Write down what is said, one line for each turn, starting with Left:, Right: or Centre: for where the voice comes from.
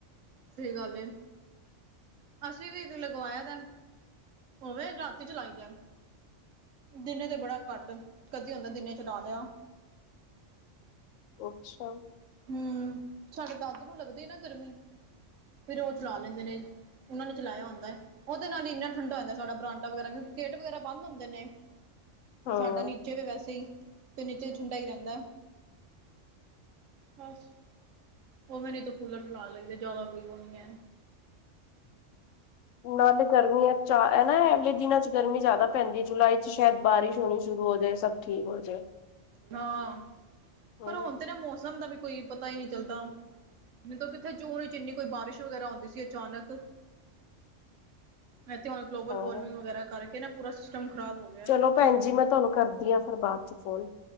Right: ਸਹੀ ਗੱਲ ਏ। ਅਸੀਂ ਵੀ ਲਗਵਾਇਆ ਦਾ ਉਵੇ ਰਾਤੀ ਚਲਾਈਆ, ਦਿਨੇ ਤੇ ਬੜਾ ਘੱਟ, ਕਦੀ ਹੁੰਦਾ ਦਿਨੇ ਚਲਾ ਲਿਆ।
Left: ਅੱਛਾ।
Right: ਹਮ ਸਾਡੇ ਦਾਦੂ ਨੂੰ ਲੱਗਦੀ ਨਾ ਗਰਮੀ ਫਿਰ ਉਹ ਚਲਾ ਲੈਂਦੇ ਨੇ, ਉਹਨਾਂ ਨੇ ਚਲਾਇਆ ਹੁੰਦਾ ਹਾ ਉਹਦੇ ਨਾਲ ਇੰਨਾ ਠੰਡਾ ਸਾਡਾ ਬਰਾਂਡਾ ਵਗੈਰਾ, ਕਿਉਂਕਿ ਗੇਟ ਵਗ਼ੈਰਾ ਬੰਦ ਹੁੰਦੇ ਨੇ,
Left: ਹਾਂ
Right: ਤੇ ਸਾਡਾ ਨੀਚੇ ਵੀ ਵੈਸੇ ਹੀ, ਤੇ ਨੀਚੇ ਠੰਡਾ ਹੀ ਰਹਿੰਦਾ। ਬਸ ਉਵੇ ਨਹੀਂ ਤਾਂ ਕੂਲਰ ਚਲਾ ਲਈਦਾ, ਜ਼ਿਆਦਾ ਕੋਈ ਉਹ ਨੀ ਹੈ।
Left: ਨਾਲੇ ਗਰਮੀੀਆਂ ਚ ਐ ਨਾ, ਅਗਲੇ ਦਿਨਾਂ ਚ ਗਰਮੀ ਜ਼ਿਆਦਾ ਪੈਂਦੀ ਹੈ, ਜੁਲਾਈ ਚ ਸ਼ਾਇਦ ਬਾਰਿਸ਼ ਹੋਣੀ ਸ਼ੁਰੂ ਹੋ ਜਾਏ ਸਭ ਠੀਕ ਹੋ ਜਾਏ,
Right: ਹਾਂ
Left: ਹਾਂ
Right: ਪਰ ਹੁਣ ਤੇ ਨਾ, ਮੌਸਮ ਦਾ ਵੀ ਕੋਈ ਪਤਾ ਹੀ ਨਹੀਂ ਚੱਲਦਾ, ਮਤਲਬ ਕਿੱਥੇ ਜੂਨ ਵਿੱਚ ਇੰਨੀ ਕੋਈ ਬਾਰਿਸ਼ ਵਗੈਰਾ ਆਉਂਦੀ ਸੀ ਅਚਾਨਕ ਏ ਤੇ ਹੁਣ ਗਲੋਬਲ,
Left: ਹਾਂ
Right: ਵਾਰਮਿੰਗ ਵਗੈਰਾ, ਕਰਕੇ ਨਾ ਪੂਰਾ ਸਿਸਟਮ ਖਰਾਬ ਹੋ ਗਿਆ।
Left: ਚਲੋ ਭੈਣ ਜੀ ਮੈਂ ਤੁਹਾਨੂੰ ਕਰਦੀ ਹਾਂ, ਫਿਰ ਬਾਅਦ ਚ ਫੋਨ।